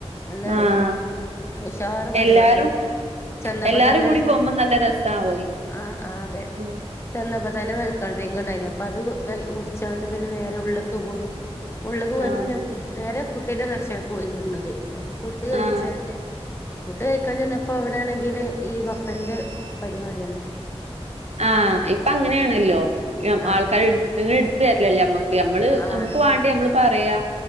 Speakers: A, on the left (about 25°); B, on the right (about 85°).
A: നല്ല
B: ആഹ്
A: ഉഷാർ പരിപാടി
B: എല്ലാരും
A: ആനി. ചെന്നപ്പോ
B: എല്ലാരും
A: തന്നെ
B: കൂടി പോകുമ്പോ നല്ല രസാവോയ്
A: ആഹ് ആഹ് അതേ
B: ഉം
A: ചെന്നപ്പോ പിന്നെ വെൽക്കം ഡ്രിങ്ക് ഉണ്ടയിനി പിന്നെ അത് കുടിച്ചാണ്ട് നേരെ ഉള്ളിക്ക് പോയി. ഉള്ളിക്ക് പോയി
B: ആഹ്
A: ന്നെ ഫുഡ് നേരെ <unintelligible> അപ്പ ഫുഡ് കഴിച്ചാണ്ട്
B: ആഹ് ആഹ്
A: ഫുഡ് കഴിക്കാൻ ചെന്നപ്പോ അവിടെണെങ്കിൽ ഈ വഫന്റെ പരിപാടിയാണ്.
B: ആഹ് ഇപ്പോ അങ്ങനെ ണല്ലോ.
A: ആഹ്
B: ആൾക്കാർ ഇടത് ര് ല്ല്ലേ മ്മക്ക് ക്ക് നമ്മള്
A: ആഹ്
B: നമക്ക്
A: അതെ
B: വാണ്ടയ് നമ്മള്പറയാ